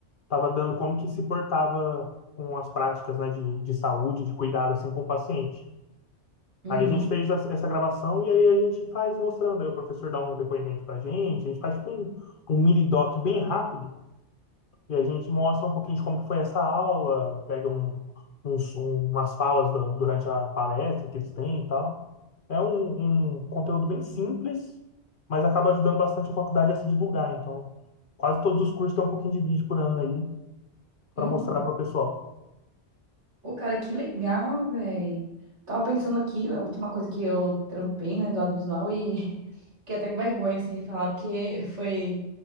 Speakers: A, on the left; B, on the right.
A: tava dando como que se portava com as práticas, né, de, de saúde, de cuidado, assim, com o paciente.
B: uhum,
A: Aí a gente fez as- essa gravação e aí a gente faz mostrando, aí o professor dá um depoimento pra gente, a gente faz tipo um, um mini doc bem rápido e a gente mostra um pouquinho de como que foi essa aula, pega um, uns, um- umas falas da- durante a palestra que eles têm e tal. É um, um conteúdo bem simples, mas acaba ajudando bastante a faculdade a se divulgar. Então, quase todos os cursos têm um pouquinho de vídeo por ano aí para
B: hum.
A: mostrar para o pessoal.
B: Pô, cara, que legal, velho. Tava pensando aqui, a última coisa que eu trampei, né, do audiovisual e <laughs> fiquei até com vergonha, assim, de falar, porque foi,